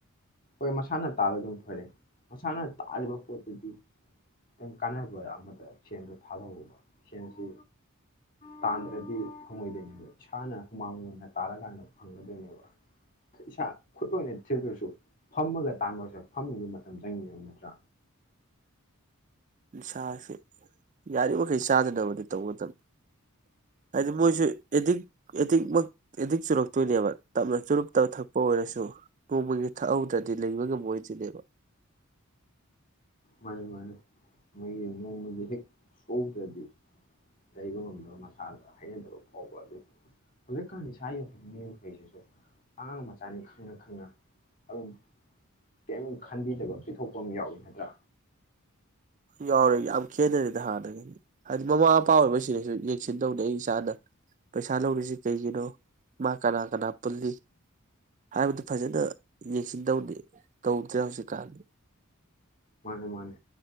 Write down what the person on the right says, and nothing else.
ꯅꯤꯁꯥꯁꯦ ꯌꯥꯔꯤꯕꯃꯈꯩ ꯆꯥꯗꯅꯕꯗꯤ ꯇꯧꯒꯗꯕꯅꯤ ꯍꯥꯏꯗꯤ ꯃꯣꯏꯁꯨ ꯑꯦꯗꯤꯛ ꯑꯦꯗꯤꯛꯃꯛ ꯑꯦꯗꯤꯛ ꯆꯨꯔꯛꯇꯣꯏꯅꯦꯕ ꯇꯞꯅ ꯆꯨꯔꯨꯞꯇꯞ ꯊꯛꯄ ꯑꯣꯏꯔꯁꯨ ꯅꯣꯡꯃꯒꯤ ꯊꯛꯍꯧꯗ꯭ꯔꯗꯤ ꯂꯩꯕ ꯉꯝꯃꯣꯏꯗꯣꯏꯅꯦꯕ꯫
ꯌꯥꯎꯔꯦ ꯌꯥꯝ ꯈꯦꯠꯅꯔꯦꯗ ꯍꯥꯟꯅꯗꯒꯤꯗꯤ ꯍꯥꯏꯗꯤ ꯃꯃꯥ ꯃꯄꯥ ꯑꯣꯏꯕꯁꯤꯡꯅꯁꯨ ꯌꯦꯡꯁꯤꯟꯗꯧꯅꯤ ꯑꯩ ꯏꯁꯥꯅ ꯄꯩꯁꯥ ꯂꯧꯔꯤꯁꯤ ꯀꯩꯒꯤꯅꯣ ꯃꯥ ꯀꯅꯥ ꯀꯅꯥ ꯄꯨꯜꯂꯤ ꯍꯥꯏꯕꯗꯨ ꯐꯖꯅ ꯌꯦꯡꯁꯤꯟꯗꯧꯅꯤ ꯇꯧꯗ꯭ꯔꯦ ꯍꯧꯖꯤꯛꯀꯥꯟꯗꯤ꯫